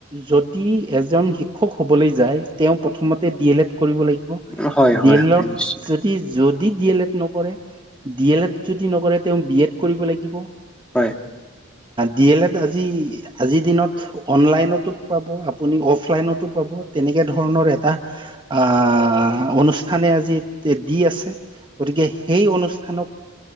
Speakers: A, on the right; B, in the centre.
A: যদি এজন শিক্ষক হ'বলৈ যায়। তেওঁ প্ৰথমতে ডি এল এড কৰিব লাগিব।
B: উম হয় হয়
A: ডি
B: হয়
A: এল
B: হয়
A: এডত
B: নিশ্চয়
A: যদি যদি ডি এল এড নকৰে, ডি এল এড যদি নকৰে তেওঁ বি এড কৰিব লাগিব।
B: হয়।
A: ডি এল এড আজি, আজিৰ দিনত অনলাইনতো পাব আপুনি অফলাইনতো পাব। তেনেকে একে ধৰণৰ এটা অহ, অনুষ্ঠানে আজি দি আছে। গতিকে সেই অনুষ্ঠানক